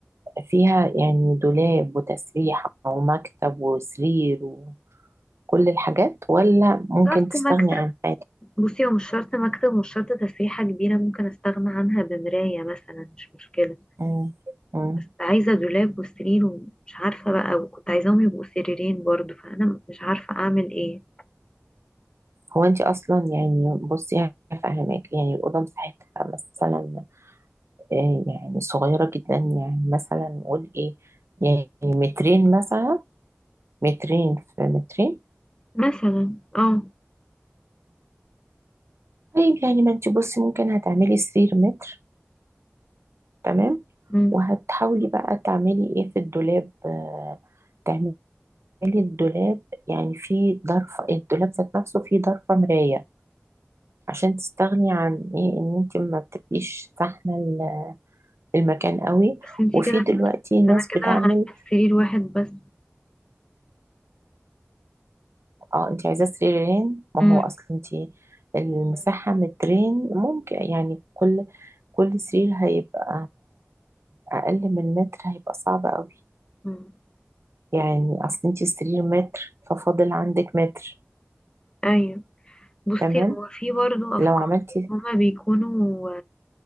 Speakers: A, on the right (about 75°); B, on the left (about 20°).
A: فيها يعني دولاب وتسريحة ومكتب وسرير وكل الحاجات ولا ممكن
B: شرط
A: تستغني
B: مكتب
A: عن حاجة
B: بصي هو مش شرط مكتب مش شرط تسريحه كبيره ممكن استغنى عنها بمرايه مثلا مش مشكله
A: مم. مم.
B: بس عايزة دولاب وسرير ومش عارفة بقى وكنت عايزاهم يبقوا سريرين برضو فأنا مش عارفة أعمل إيه
A: هو انت اصلا يعني بصي هفهمك يعني الأوضة مساحتها مثلا آه، يعني صغيرة جدا يعني مثلا نقول ايه يعني مترين مثلا مترين في مترين
B: مثلا اه
A: طيب يعني ما انت بصي ممكن هتعملي سرير متر تمام
B: مم.
A: وهتحاولي بقى تعملي ايه في الدولاب آه، تعملي الدولاب يعني في ضرفة الدولاب ذات نفسه فيه ضرفة مراية عشان تستغني عن ايه ان انت ما بتبقيش زحمة ال- المكان قوي
B: بس انتي
A: وفي
B: كده
A: دلوقتي
B: بت- بس
A: ناس
B: أنا كده
A: بتعمل
B: هعمل سرير واحد بس
A: اه انت عايزة سريرين ما
B: مم.
A: هو اصل انت المساحة مترين ممكن يعني كل كل سرير هيبقى اقل من متر هيبقى صعب قوي
B: مم.
A: يعني اصل انت السرير متر ففاضل عندك متر
B: أيوه بصي
A: تمام
B: هو في برضو أفكار
A: لو عملتي
B: هما بيكونوا